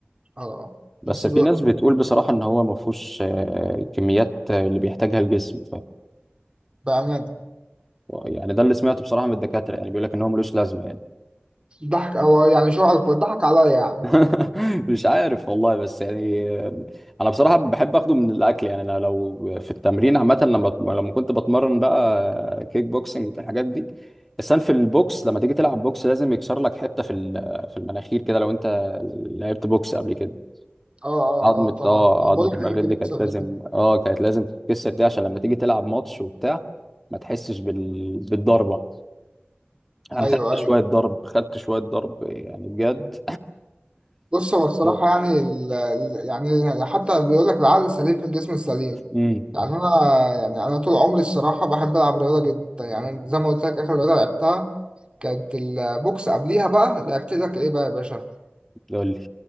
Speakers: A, on the right; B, in the centre.
A: اه
B: بس
A: بس
B: في ناس بتقول بصراحه ان هو ما فيهوش آه، كميات آه، اللي بيحتاجها الجسم
A: بأمانة
B: يعني ده اللي سمعته بصراحة من الدكاترة يعني بيقول لك ان هو ملوش لازمة يعني
A: ضحك أو يعني شو عارف ضحك عليا يعني
B: <laughs> مش عارف والله بس يعني انا بصراحة بحب اخده من الاكل يعني انا لو في التمرين عامة لما بت- لما كنت بتمرن بقى كيك بوكسنج الحاجات دي السن في البوكس لما تيجي تلعب بوكس لازم يكسر لك حتة في ال- في المناخير كده لو انت لعبت بوكس قبل كده
A: اه اه
B: عظمة
A: اه طبعا
B: اه عظمة
A: بقول لك
B: المناخير
A: ممكن
B: دي
A: يكسب
B: كانت لازم
A: ده كله
B: اه كانت لازم تتكسر دي عشان لما تيجي تلعب ماتش وبتاع ما تحسش بال... بالضربة انا
A: ايوه
B: خدت
A: ايوه
B: شويه ضرب خدت شويه ضرب يعني بجد
A: بص هو الصراحة
B: <laughs>
A: يعني ال... ال- يعني حتى بيقول لك العقل السليم في الجسم السليم
B: امم
A: يعني أنا يعني أنا طول عمري الصراحة بحب ألعب رياضة جدا يعني زي ما قلت لك آخر رياضة لعبتها كانت البوكس قبليها بقى لعبت لك إيه بقى يا باشا؟
B: قول لي